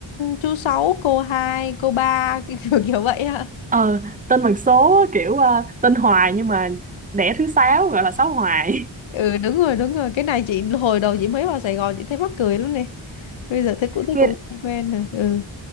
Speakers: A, on the left; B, on the right.
A: chú sáu cô hai cô ba <laughs> cái kiểu kiểu vậy ha.
B: ờ tên bằng số á, kiểu ờ, tên Hoài nhưng mà đẻ thứ sáu gọi là Sáu Hoài
A: Ừ đúng rồi đúng rồi cái này chị hồi đầu chị mới vào Sài Gòn chị thấy mắc cười lắm nè. Bây giờ thấy cũng thấy
B: <laughs>
A: cũng quen rồi. Ừ.